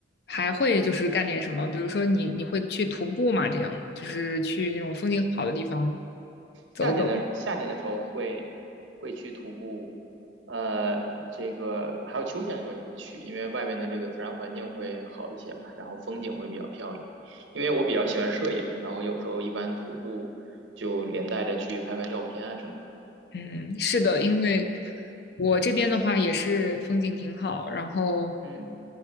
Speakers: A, on the left (about 55°); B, on the right (about 80°).
A: 还会就是干点什么？比如说你你会去徒步吗？这样就是去那种风景好的地方走走。
B: 夏天的夏天的时候会会去徒步，呃，这个还有秋天的时候也会去，因为外边的这个自然环境会好一些嘛，然后风景会比较漂亮。因为我比较喜欢摄影，然后有时候一般徒步就连带着去拍拍照片啊什么的。
A: 嗯，是的，因为我这边的话也是风景挺好，然后
B: 嗯，